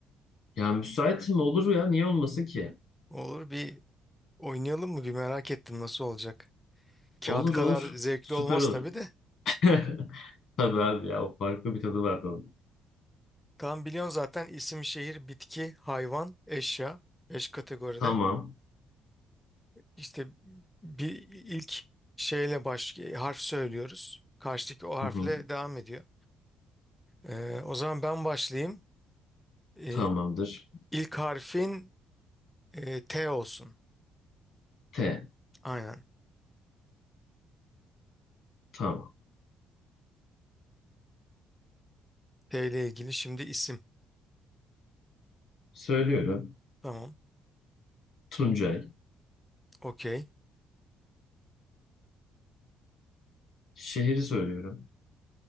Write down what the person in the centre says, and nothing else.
olur bir oynayalım mı? Bir merak ettim nasıl olacak? Kağıt
kadar
zevkli
olmaz
tabii de.
Tam biliyorsun zaten isim, şehir, bitki, hayvan, eşya. Beş kategoride.
İşte bir ilk şeyle baş harf söylüyoruz. Karşıdaki o harfle
devam ediyor. Ee, o zaman ben başlayayım. Ee,
ilk harfin e, T olsun.
Aynen.
T ile ilgili şimdi isim.
Tamam.
Okey.